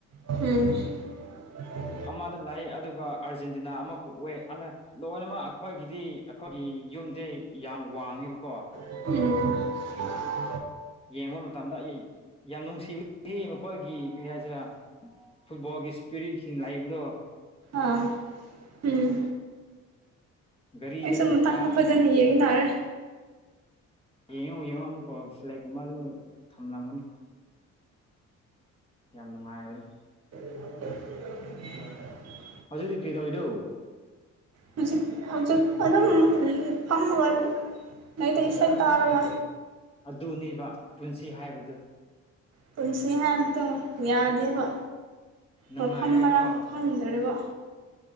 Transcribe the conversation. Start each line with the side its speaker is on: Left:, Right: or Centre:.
Right: ꯎꯝ꯫
Left: ꯑꯃꯗ ꯂꯩ ꯑꯗꯨꯒ ꯑꯥꯔꯖꯦꯟꯇꯤꯅꯥ ꯑꯃ ꯄꯨꯑꯦ ꯑꯗꯨꯅ ꯂꯣꯏꯅꯃꯛ ꯑꯩꯈꯣꯏꯒꯤꯗꯤ ꯑꯩꯈꯣꯏꯒꯤ ꯌꯨꯝꯁꯦ ꯌꯥꯝ ꯋꯥꯡꯉꯤꯕꯀꯣ
Right: ꯎꯝ꯫
Left: <unintelligible> ꯌꯦꯡꯕ ꯃꯇꯝꯗ ꯑꯩ ꯌꯥꯝ ꯅꯨꯡꯁꯤꯕꯅꯤ ꯃꯈꯣꯏꯒꯤ ꯀꯔꯤ ꯍꯥꯏꯁꯤꯔꯥ ꯐꯨꯠꯕꯣꯜꯒꯤ ꯁ ꯁꯄꯤꯔꯤꯛꯁꯤꯡ ꯂꯥꯏꯕꯗꯣ
Right: ꯑꯥ ꯎꯝ꯫
Left: ꯒꯥꯔꯤꯗꯒꯨꯝꯕ
Right: ꯑꯩꯁꯨ ꯃꯊꯪꯗ ꯐꯖꯅ ꯌꯦꯡ ꯇꯥꯔꯦ꯫
Left: ꯌꯦꯡꯉꯣ-ꯌꯦꯡꯉꯣ ꯑꯃꯨꯛꯀ ꯐ꯭꯭ꯂꯦꯛ ꯑꯃꯀꯨꯝꯕ ꯑꯗꯨ ꯊꯝꯂꯝꯒꯅꯤ꯫ ꯌꯥꯝ ꯅꯨꯡꯉꯥꯏꯕꯅꯤ꯫
Right: ꯎꯝ꯫
Left: ꯍꯧꯗꯤ ꯀ꯭ꯔꯤ ꯇꯧꯋꯤꯗꯣ
Right: ꯍꯧꯖꯤ ꯍꯧꯖꯤ ꯑꯗꯨ ꯑꯗꯨꯝ ꯐꯝꯒꯅꯤ ꯅꯗ ꯏꯁꯥ ꯍ ꯇꯥꯔꯒ
Left: ꯑꯗꯨꯅꯦꯕ ꯄꯨꯟꯁꯤ ꯍꯥꯏꯕꯗꯨ
Right: ꯄꯨꯟꯁꯤ ꯍꯥꯏꯕꯗꯣ ꯌꯥꯗꯦꯕ
Left: ꯅꯨꯡꯉꯥꯏꯔꯒ
Right: ꯃꯐꯝ ꯃꯔꯥꯡ
Left: ꯀꯣ
Right: ꯈꯪꯗꯔꯤꯕ